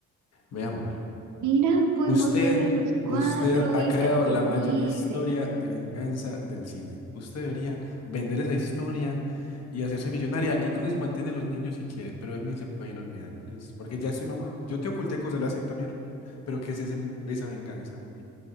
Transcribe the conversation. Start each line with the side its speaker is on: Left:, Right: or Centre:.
Left: Ve, amor.
Right: Mira, podemos
Left: Usted,
Right: tener los cuatro
Left: usted ha
Right: y
Left: creado
Right: ser felices.
Left: la mayor historia de venganza del cine. Usted debería vender esa historia y hacerse millonaria y con eso mantiene a los niños si quiere, pero de mí se puede ir olvidando, listo. Porque ya estoy mamá. Yo te oculté cosas, le acepto mi error. Pero ¿qué es ese- esa venganza, amor?